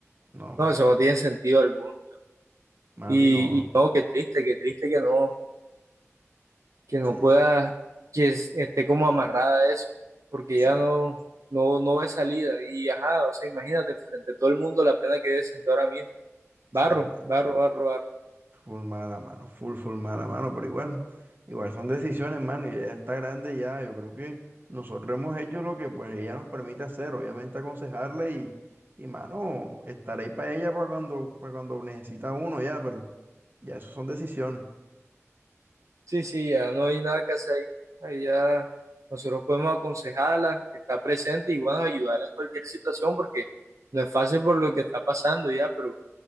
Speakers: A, on the right; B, on the right.
A: no, mano,
B: No, eso no
A: no,
B: tiene sentido alguno.
A: mano
B: Y,
A: y no,
B: y no, qué triste, qué triste que no, que no
A: sí,
B: pueda,
A: sí,
B: que es- esté como amarrada a eso, porque
A: sí,
B: ya no, no, no ve salida. Y ajá, o sea, imagínate, frente a todo el mundo la pena que debe sentir ahora mismo. Barro,
A: sí, mano.
B: barro, barro, barro.
A: Full mala, mano. Full, full mala, mano. Pero igual, igual son decisiones, mano. Y ella está grande ya. Yo creo que nosotros hemos hecho lo que pues ella nos permite hacer. Obviamente aconsejarle y, y mano, estar ahí para ella para cuando, para cuando necesita uno ya. Pero ya eso son decisiones.
B: Sí, sí, ya no hay nada que hacer ahí. Ahí ya nosotros podemos aconsejarla, estar presente y bueno, ayudarla en cualquier situación porque no es fácil por lo que está pasando ya, pero,